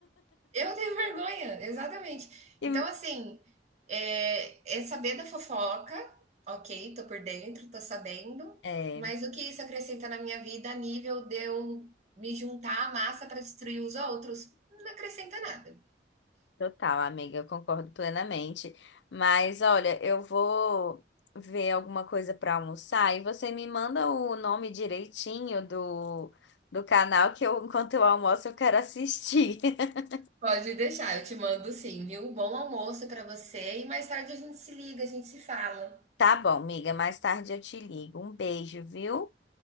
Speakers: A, on the right; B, on the left.
A: Eu tenho vergonha, exatamente.
B: E,
A: Então, assim, é, é saber da fofoca, ok, tô por dentro, tô sabendo,
B: é.
A: mas o que isso acrescenta na minha vida a nível de eu me juntar à massa para destruir os outros? Não acrescenta nada.
B: Total, amiga, eu concordo plenamente. Mas olha, eu vou ver alguma coisa para almoçar e você me manda o nome direitinho do, do canal que eu, <laughs> enquanto eu almoço, eu quero assistir. <laughs>
A: Pode deixar, eu te mando sim, viu? Bom almoço para você e mais tarde a gente se liga, a gente se fala.
B: Tá bom, amiga, mais tarde eu te ligo. Um beijo, viu?